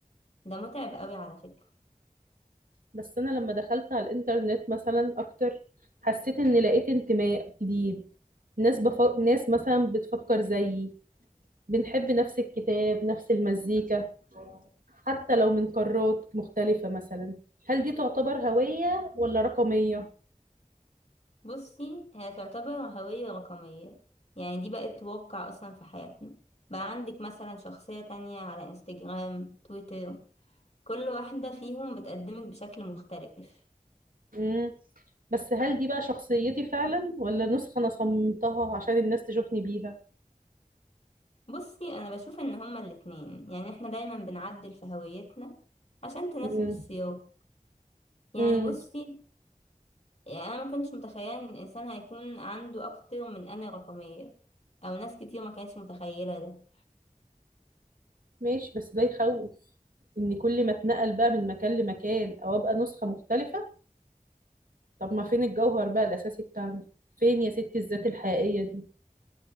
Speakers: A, on the left; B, on the right.
A: ده متعب قوي على فكرة
B: بس أنا لما دخلت على الإنترنت مثلا أكتر حسيت إن لقيت انتماء جديد ناس بف... ناس مثلا بتفكر زيي بنحب نفس الكتاب نفس المزيكا حتى لو من قارات مختلفة مثلا هل دي تعتبر هوية ولا رقمية؟
A: بصي هي تعتبر هوية رقمية يعني دي بقت واقع أصلا في حياتنا بقى عندك مثلا شخصية تانية على انستجرام تويتر كل واحدة فيهم بتقدمك بشكل مختلف
B: مم. بس هل دي بقى شخصيتي فعلا ولا نسخة أنا صممتها عشان الناس تشوفني بيها؟
A: بصي أنا بشوف إن هما الاتنين يعني احنا دايما بنعدل في هويتنا عشان تناسب
B: مم.
A: السياق
B: مم.
A: يعني بصي يعني أنا ما كنتش متخيلة إن الإنسان هيكون عنده أكتر من أنا رقمية أو ناس كتير ما كانتش متخيلة ده
B: ماشي بس ده يخوف إن كل ما اتنقل بقى من مكان لمكان أو أبقى نسخة مختلفة طب ما فين الجوهر بقى الأساسي بتاعنا؟ فين يا ستي الذات الحقيقية دي؟